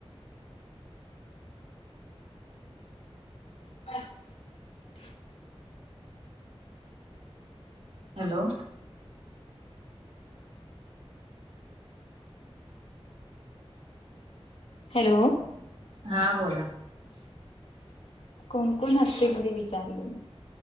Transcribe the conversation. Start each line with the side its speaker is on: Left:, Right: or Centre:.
Left: <inaudible>
Right: हॅलो!
Left: हॅलो!
Right: हा बोला.
Left: कोण कोण असते घरी विचारले?